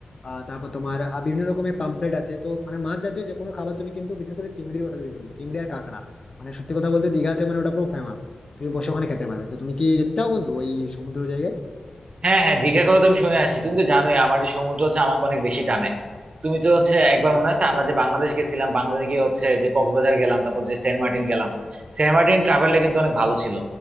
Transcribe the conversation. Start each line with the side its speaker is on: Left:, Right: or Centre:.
Left: আহ তারপর তোমার আহ, বিভিন্ন রকমের পাম্পলেট আছে তো মানে মাছ জাতীয় যে কোনো খাবার তুমি কিন্তু বিশেষ করে চিংড়ির কথা যদি বলি চিংড়ি আর কাঁকড়া মানে সত্যি কথা বলতে দীঘাতে মানে ওটা পুরো ফেমাস তুমি বসে ওখানে খেতে পারবে তো তুমি কি যেতে চাও বন্ধু ওই সমুদ্র জায়গায়
Right: হ্যাঁ হ্যাঁ দীঘার কথা তো আমি শুনে আসছি তুমি তো জানোই আমার যে সমুদ্র হচ্ছে আমাকে অনেক বেশি টানে তুমি তো হচ্ছে একবার মনে আছে আমরা যে বাংলাদেশ গেছিলাম বাংলাদেশ গিয়ে হচ্ছে যে কক্সবাজার গেলাম তারপর যে সেন্ট মার্টিন গেলাম সেন্ট মার্টিন ট্রাভেলটা কিন্তু অনেক ভালো ছিল